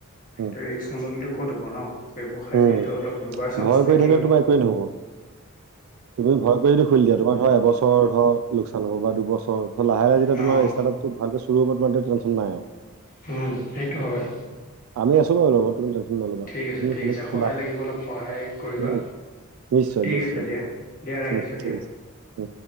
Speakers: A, on the right; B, on the left.
A: উম,
B: তে ৰিস্ক নললে ত' ক'ত হ'ব ন'। ব্যৱসায়
A: উম।
B: যিহেতু অলপ ডুবা চান্স
A: ভয়
B: থাকে।
A: কৰি থাকিলে তোমাৰ একোৱেই নহ'ব। তুমি ভয় কৰি দি খুলি দিয়া তোমাৰ ধৰ এবছৰ ধৰ লোকচান হ'ব বা দুবছৰ। ত' লাহে লাহে যেতিয়া তোমাৰ
B: অঁ
A: ষ্টাৰআপটো ভালকে চুৰু হ'ব তোমাৰ তে, টেনচন নাই।
B: হম, সেইটো হয়।
A: আমি আছো বাৰু লগত তুমি টেনচন নল'বা
B: ঠিক আছে,
A: তুমি
B: ঠিক
A: খালি
B: আছে।
A: খোলা
B: সহায় লাগিব অলপ সহায় কৰিবা।
A: উম নিশ্চয়
B: ঠিক
A: নিশ্চয়
B: আছে দিয়া, দিয়া ৰাখিছোঁ
A: উম ঠিক
B: দিয়া।
A: আছে উম।